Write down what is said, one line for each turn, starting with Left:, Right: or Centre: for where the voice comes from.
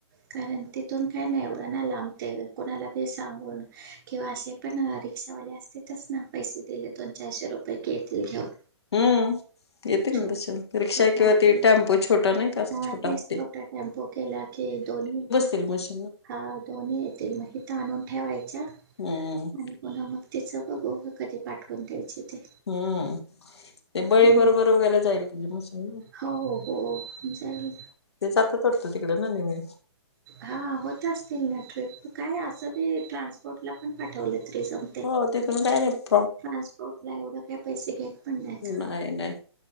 Right: कारण तिथून काय नाही एवढं नाय लांब ते कुणाला बी सांगून किंवा असे पण रिक्षावाले असतेतच ना पैसे दिले दोन, चारशे रुपये की येतील घेऊन.
Left: हम्म येतील
Right: छो
Left: ना तशे रिक्षा
Right: छोटा
Left: किंवा
Right: हात
Left: ते टेम्पो छोट नाही का
Right: हा
Left: छोटा
Right: तेच
Left: हत्ती
Right: छोटा टेम्पो केला की दोन
Left: <unintelligible>
Right: हा दोन्ही येतील म हित आणून ठेवायच्या
Left: हम्म
Right: आणि पुन्हा मग तेच बघू कधी पाठवून द्यायचे ते.
Left: हम्म. ते बळी
Right: हम्म.
Left: बरोबर वगैरे जाईल तुझी मशीन ना
Right: हो हो जाईल.
Left: ते जातात वाटतं तिकडे ना नेहमी?
Right: हा होत असतील ना ट्रिप काय असं बी ट्रान्सपोर्ट ला पण पाठवलं तरी जम
Left: हो तिकडंन डायरेक्ट
Right: ट्रान्सपोर्ट ला एवढं काय पैसे घेत पण नायत
Left: नाही नाही